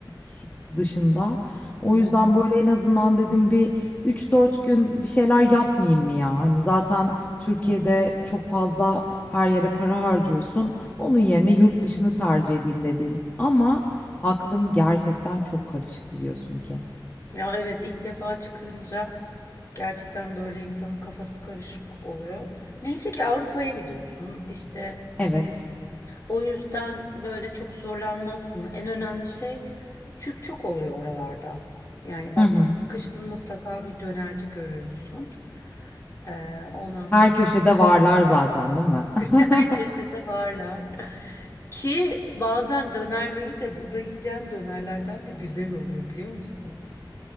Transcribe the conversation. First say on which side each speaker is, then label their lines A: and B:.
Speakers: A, on the left; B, on the left.
A: s- dışında. O
B: hı hı.
A: yüzden böyle en azından dedim bir üç dört gün bir şeyler yapmayayım mı ya? Hani zaten Türkiye'de çok fazla her yere para harcıyorsun. Onun yerine yurt dışını tercih edeyim dedim. Ama aklım gerçekten çok karışık biliyorsun ki.
B: Ya evet ilk defa çıkınca gerçekten böyle insanın kafası karışık oluyor. Neyse ki Avrupa'ya gidiyorsun. işte.
A: Evet.
B: o yüzden böyle çok zorlanmazsın. En önemli şey Türk çok oluyor oralarda. Yani baktın
A: Hı hı.
B: sıkıştın mutlaka bir dönerci görüyorsun. Ee, ondan sonra
A: Her köşede varlar zaten, değil mi? <laughs>
B: <laughs> Herkese de varlar. Ki bazen dönerleri de burada yiyeceğim dönerlerden de güzel oluyor biliyor musun?